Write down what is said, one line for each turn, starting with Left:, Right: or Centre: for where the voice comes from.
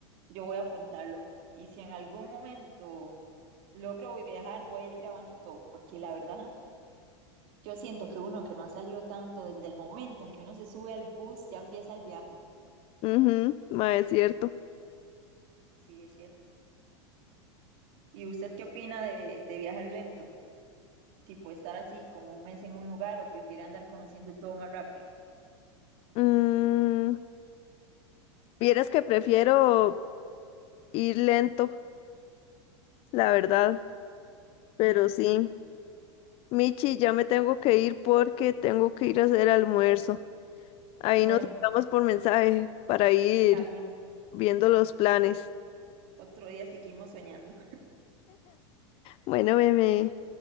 Right: Yo voy a apuntarlo. Y si en algún momento logro viajar, voy a ir grabando todo, porque la verdad, yo siento que uno que no ha salido tanto desde el momento en que uno se sube al bus, ya empieza el viaje.
Left: Mhm, mae, es cierto.
Right: Sí, es cierto. ¿Y usted qué opina de, de viajar lento? Tipo estar así como un mes en un lugar o prefiere andar conociendo todo más rápido.
Left: Mm, Vieras que prefiero ir lento, la verdad, pero sí. Michi, ya me tengo que ir porque tengo que ir a hacer almuerzo. Ahí
Right: Bueno.
Left: nos hablamos por mensaje para ir
Right: Está bien,
Left: viendo los planes.
Right: otro día seguimos soñando.
Left: Bueno, bebé.